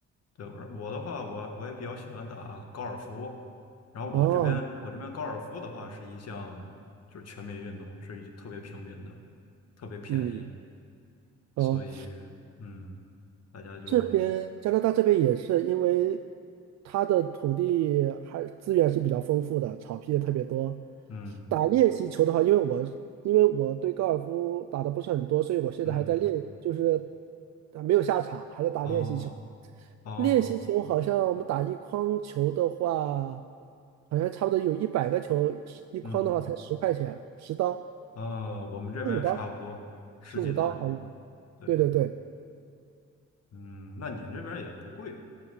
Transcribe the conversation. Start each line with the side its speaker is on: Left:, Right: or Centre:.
Left: 对，我我的话，我我也比较喜欢打高尔夫。然后我这边我这边高尔夫的话是一项就是全民运动，
Right: 哦，
Left: 是一特别平民的，特别便宜，
Right: 嗯，哦，
Left: 所以嗯，大家就
Right: 这边加拿大这边也是，因为它的土地还资源是比较丰富的，草皮也特别多。
Left: 嗯
Right: 打练习球的话，因为我因为我对高尔夫打的不是很多，所以我现在还在练，
Left: 嗯
Right: 就是啊没有下场，还在打练习球。
Left: 哦哦
Right: 练习球好像我们打一筐球的话，好像差不多有一百个球，一筐的话才十块钱，
Left: 嗯。
Right: 十刀，
Left: 呃，我们这边也差不多十几刀。
Right: 十五刀，十五刀好像。
Left: 对，
Right: 对对对，
Left: 嗯，那你这边也不贵。